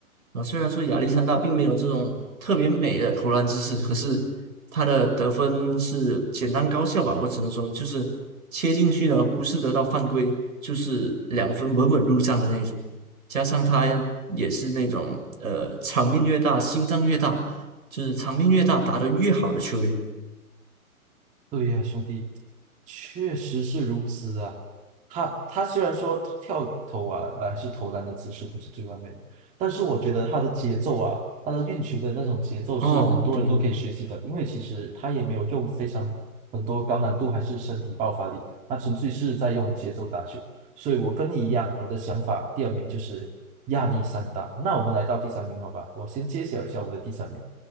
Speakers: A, on the right; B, on the right.
A: 啊，虽然说亚历山大并没有这种特别美的投篮姿势，可是他的得分是简单高效吧，我只能说就是切进去呢，不是得到犯规，就是两分稳稳入账的那种。加上他也是那种呃场面越大，心脏越大，就是场面越大，打得越好的球员。
B: 对呀，兄弟。确实是如此啊，他他虽然说跳投啊，呃，还是投篮的姿势不是最完美的，但是我觉得他的节奏啊，他的运球的那种节奏是很多人都可以学习的，
A: 哦，对，
B: 因为其实他也没有用非常很多高难度还是身体爆发力，他纯粹是在用节奏打球。所以我跟你一样，我的想法第二名就是亚历山大。那我们来到第三名，好吧？我先揭晓一下我的第三名。